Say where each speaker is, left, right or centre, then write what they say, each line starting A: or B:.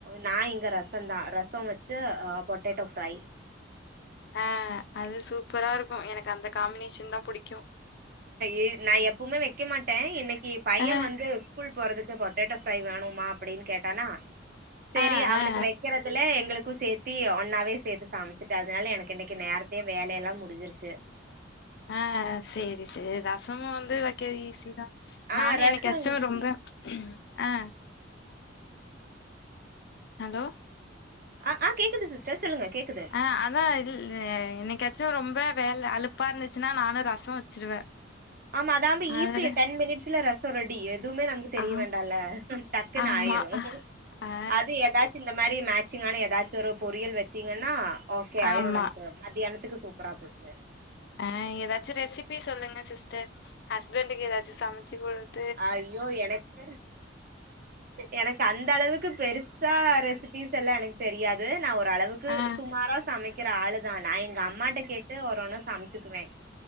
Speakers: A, on the right; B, on the left.
A: நா இங்க ரசொ தா ரசொ வெச்சு போட்டாட்டோ ப்ரை
B: ஆ அது சூப்பரா இருக்கூ எனக்கு அந்த காம்பினேஷன் தா பிடிக்கூ
A: ஏ நா எப்பமே வைக்க மாட்டே இன்னிக்கு பையே
B: ஆ
A: வந்து ஸ்கூல் போறதுக்கு போட்டட்டோ ஃப்ரை வேணுமா அப்படின்னு கேட்டானா சரி
B: ஆ
A: அவனுக்கு
B: ஆ
A: வை வைக்கிறதுல எங்களுக்கூ சேர்த்தி ஒன்னாவே சேர்த்து சமைமிச்சுட்டோ அதனால எனக்கு இன்னிக்கு நேரத்தையே வேலையெல்லா முடிஞ்சிருச்சு
B: அ சேரி சேரி ரசமும் வந்து வைக்கரத்து ஈசி தா
A: ஆ
B: நானூ
A: ரசோ
B: என்னிக் காச்சூ
A: ஈசி
B: ரொம்ப ஆ ஹலோ
A: அ ஆ கேக்குது சிஸ்டர் சொல்லுங்க கேக்குது
B: ஆ அதான் இல்ல என்னைக்காச்சூ ரொம்ப வேல அலுப்பா இருந்துச்சுன்னா நானூ ரசொ வச்சிருவே
A: ஆமா அதாம்ப
B: அதுல
A: ஈஸி டென் மினிட்ஸ்ல ரசோ ரெடி எதுமே நமக்கு தெரிய
B: ஆ
A: வேண்டால டக்குன்
B: ஆமா
A: ஆயிரு
B: ஆ
A: அது ஏதாச் சு இந்த மாரி மேட்சிங்கான ஏதாச்சு ஒரு பொரியல் வெச்சிங்கன்னா ஓகே ஆயிரு
B: ஆமா
A: நெனைக்கறே மத்யானத்துக்கு சூப்பரா போச்சு
B: ஆ ஏதாச்சி ரெசிபி சொல்லுங்க சிஸ்டர் ஹஸ்பண்டுக்கு ஏதாச்சு சமச்சு குடுக்
A: ஆய்யோ எனக்கு எனக் அந்த அளவுக்கு பெருசா ரெசிபிஸ் எல்லா எனக் தெரியாது நா ஒரளவுக் க்கு
B: ஆ
A: சுமாரா சமைக்கிற ஆளுதா நா எங்க அம்மாட்டா கேட்டு ஒர்ஒன்னு சமச்சுக்குவே